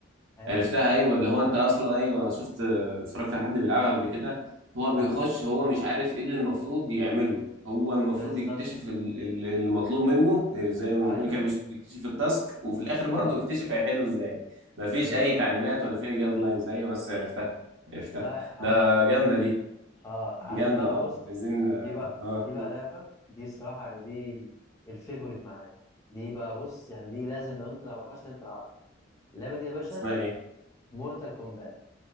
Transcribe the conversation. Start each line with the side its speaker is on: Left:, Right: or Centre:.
Left: فاهم
Right: عرفتها ايوه اللي هو انت اصلا ايوه شفت اتفرجت على حد بيلعبها قبل كده هو
Left: اه
Right: بيخش هو مش عارف ايه اللي المفروض يعمله هو المفروض
Left: بالظبط
Right: يكتشف ال- ال- اللي مطلوب منه إيه، زي ما
Left: ايوه
Right: بنقول كده بيش- بيكتشف التاسك وفي الاخر برضه
Left: اه
Right: يكتشف هيحله ازاي مفيش
Left: بالظبط
Right: اي تعليمات ولا في اي جايد لاينز ايوه بس عرفتها عرفتها
Left: لا حاجه
Right: ده
Left: مدهش
Right: جامده دي
Left: اه عارف
Right: جامده
Left: بقى
Right: اه
Left: بص
Right: عايزين اه
Left: في بقى
Right: آه،
Left: في بقى لعبه دي الصراحه يعني دي الفيفوريت معايا دي بقى بص يعني دي لازم لو انت ما تعرفهاش لازم تلعبها اللعبه دي يا باشا
Right: اسمها ايه
Left: مورتال كومبات